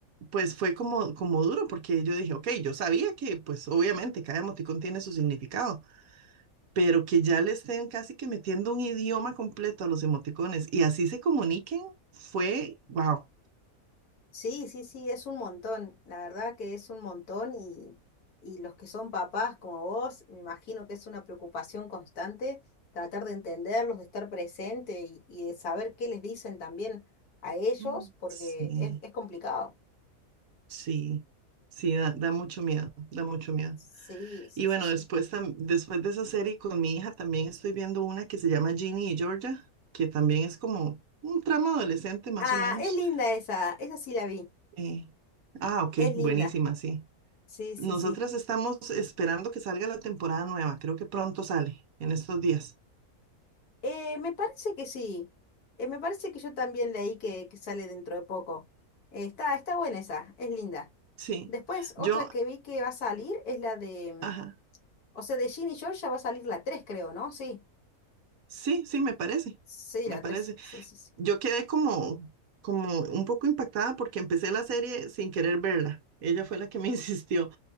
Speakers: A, on the right; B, on the left.
A: pues fue como, como duro porque yo dije, ok, yo sabía que pues obviamente cada emoticón tiene su significado pero que ya le estén casi que metiendo un idioma completo a los emoticones y así se comuniquen, fue, wow.
B: Sí, sí, sí, es un montón, la verdad que es un montón y, y los que son papás como vos, me imagino que es una preocupación constante tratar de entenderlos, de estar presente y, y de saber qué les dicen también a ellos,
A: Mm,
B: porque
A: Sí,
B: es, es complicado.
A: sí, sí, da, da mucho miedo, da mucho miedo.
B: Sí, sí,
A: Y
B: sí,
A: bueno,
B: sí.
A: después, tam- después de esa serie con mi hija también estoy viendo una que se llama Ginny y Georgia, que también es como un trama adolescente más
B: Ah,
A: o menos.
B: es linda esa, esa sí la vi,
A: Eh, ah, ok,
B: es linda,
A: buenísima, sí.
B: sí, sí,
A: Nosotras
B: sí.
A: estamos esperando que salga la temporada nueva, creo que pronto sale, en estos días.
B: Eh, me parece que sí. Eh, me parece que yo también leí que, que sale dentro de poco. Eh, está, está buena esa, es linda.
A: Sí,
B: Después, otra
A: yo,
B: que vi que va a salir es la de.
A: ajá.
B: mm, O sea, de Ginny y Georgia va a salir la tres creo, ¿no? Sí.
A: Sí, sí, me parece,
B: Sí,
A: me
B: la
A: parece.
B: tres Sí, sí, sí.
A: Yo quedé como, como un poco impactada porque empecé la serie sin querer verla. Ella fue la que me <laughs> insistió.